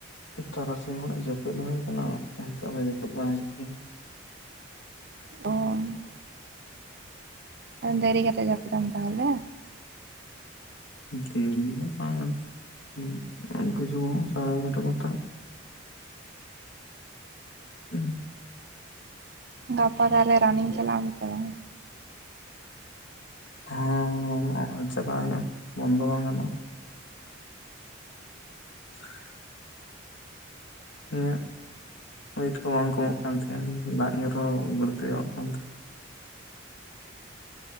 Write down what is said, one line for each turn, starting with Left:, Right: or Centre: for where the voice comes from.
Left: ᱛᱟᱨᱟᱥᱤᱧ ᱩᱱᱚᱜ ᱡᱟᱹᱯᱤᱫ ᱦᱩᱭ ᱠᱟᱱᱟ ᱱᱤᱛᱚᱜ ᱫᱚ ᱡᱟᱹᱯᱤᱫ ᱵᱟᱝ ᱦᱤᱡᱩᱜ ᱠᱟᱱᱟ
Right: ᱛᱚ ᱫᱮᱨᱤ ᱠᱟᱛᱮ ᱡᱟᱹᱯᱤᱫᱟᱢ ᱛᱟᱦᱚᱞᱮ
Left: <unintelligible> <unintelligible> ᱦᱩᱸ
Right: ᱜᱟᱯᱟ ᱛᱟᱦᱞᱮ ᱨᱟᱱᱤᱝ ᱪᱟᱞᱟᱜᱟᱢ ᱥᱮ ᱵᱟᱝ
Left: ᱦᱚᱸ ᱪᱟᱞᱟ ᱦᱩᱭᱩᱜ ᱟ ᱵᱚᱱᱫᱚ ᱵᱟᱝᱜᱟᱱᱟᱜ-ᱟ <inaudible> ᱤᱧᱟᱹᱜ ᱚᱭᱮᱴ ᱠᱚ ᱵᱟᱝ ᱠᱚᱢᱚᱜ ᱠᱟᱱ ᱛᱤᱧᱟᱹ ᱫᱟᱜ ᱧᱩᱨᱦᱚᱸ ᱵᱟᱹᱲᱛᱤᱚᱜ ᱠᱟᱱ ᱛᱮᱹ